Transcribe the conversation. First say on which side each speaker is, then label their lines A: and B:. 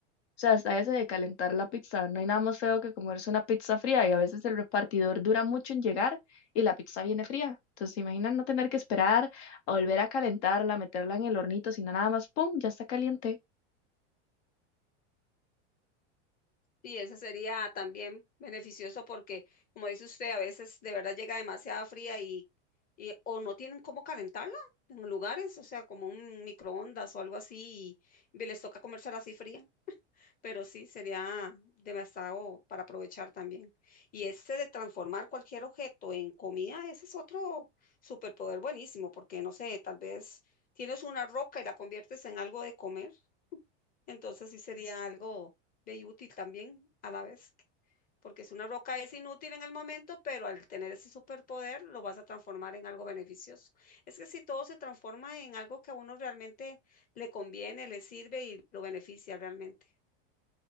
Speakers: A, on the left; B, on the left.
A: O sea, hasta ese de calentar la pizza, no hay nada más feo que comerse una pizza fría y a veces el repartidor dura mucho en llegar y la pizza viene fría. Entonces, imagina no tener que esperar a volver a calentarla, meterla en el hornito, sino nada más, ¡pum!, ya está caliente.
B: Y ese sería también beneficioso porque, como dice usted, a veces de verdad llega demasiada fría y, y o no tienen cómo calentarla en lugares, o sea, como un microondas o algo así, y les toca comérsela así fría. Pero sí, sería demasiado para aprovechar también. Y ese de transformar cualquier objeto en comida, ese es otro superpoder buenísimo, porque no sé, tal vez tienes una roca y la conviertes en algo de comer, entonces sí sería algo de útil también a la vez, porque si una roca es inútil en el momento, pero al tener ese superpoder lo vas a transformar en algo beneficioso. Es que si todo se transforma en algo que a uno realmente le conviene, le sirve y lo beneficia realmente.